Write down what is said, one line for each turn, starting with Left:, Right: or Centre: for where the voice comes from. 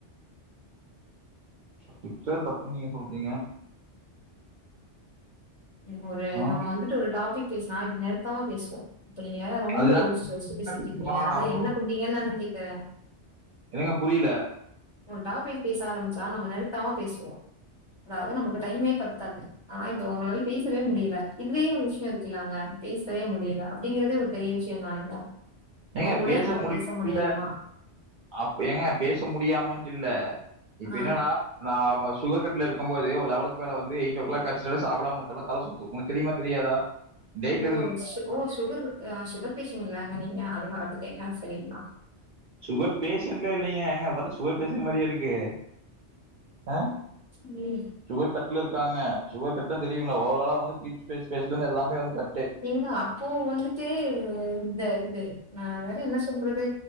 Right: திட்றது தப்பு நீங்க சொல்றீங்க
Left: நப்ம ஒரு
Right: ஆ?
Left: நம்ம வந்துட்டு ஒரு டாபிக் பேசுனா நிறுத்தமா பேசுவோ இப்ப நீங்க ரொம்ப
Right: அதுதான்
Left: யோசிச்சி யோசிச்சி
Right: என்ன
Left: பேசிட்டியிருகிங்க
Right: பேசுவான் ஆனா
Left: அதா
Right: அவங்க
Left: என்ன பண்ணீங்கன்னு நானு கேக்குற
Right: என்னங்க புரில
Left: ஒரு டாபிக் பேச ஆரம்பிச்சா நம்ம நிருத்தாம பேசுவோ அதாது நமக்கு டைமே பத்தாது ஆனா இப்ப உங்களால பேசவே முடியல இதுவே ஒரு விஷயோ இருக்குலங்க பேசவே முடியல அப்டிங்கறதே ஒரு பெரிய விஷயோ தானுங்க
Right: ஏங்க
Left: உன் கூட என்னால
Right: முடியல
Left: பேச முடியலமா
Right: இல்ல அப்ப ஏங்க பேச முடியாமான்ட்டு இல்ல இப்ப
Left: ஆ
Right: என்னன்னா நா வா சுகர் கட்ல இருக்கும்போது ஒரு லெவலுக்குமேல வந்து எயிட்டோ கிளாக் ஆச்சுனலே சாப்டாம உட்டோம்னா தல சுத்து உனக்கு தெரியுமா தெரியாதா டேட்ல
Left: ஆமா
Right: இருந்து
Left: ம் ஓ சுகரு அ சுகர் பேஷன்ட் இல்லங்க நீங்க அது மறந்துட்டீங்க சரிங்ளா
Right: சுகர் பேஷண்ட்ல இல்லைங்க எங்க பாத்தா சுகர் பேஷன்ட் மாரியா இருக்கு அ
Left: ம்
Right: சுகர் கட் ட்ல இருக்கங்க சுகர் <unintelligible> தெரியுல ஓறலலா வந்து பிக் பேஸ் பேஸ்ந்து எல்லாமே வந்து க
Left: நீங்க அப்போ வந்துட்டு இந்த இது நான் வேற என்ன சொல்றது